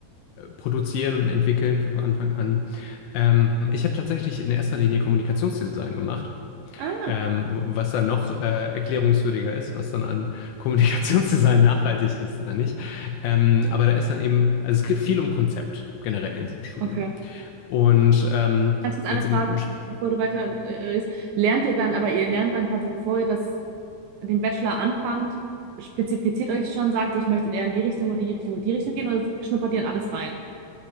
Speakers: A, on the left (about 80°); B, on the right (about 80°).
A: produzieren und entwickeln von Anfang an. Ähm, ich habe tatsächlich in erster Linie Kommunikationsdesign gemacht.
B: Ah,
A: Ähm, was dann noch äh, erklärungswürdiger ist, was dann an Kommunikationsdesign <laughs> nachhaltig ist oder nicht. Ähm, aber da ist dann eben, also es geht viel um Konzept generell in diesem Studium.
B: okay.
A: Und ähm,
B: Ganz kurz eine
A: jetzt
B: Frage,
A: im, im Sch-
B: bevor du weiter äh, ist. Lernt ihr dann, aber ihr lernt dann quasi, bevor ihr das, den Bachelor anfangt, spezifiziert euch schon, sagt, so, ich möchte eher in die Richtung oder die Richtung und die Richtung gehen oder schnuppert ihr in alles rein?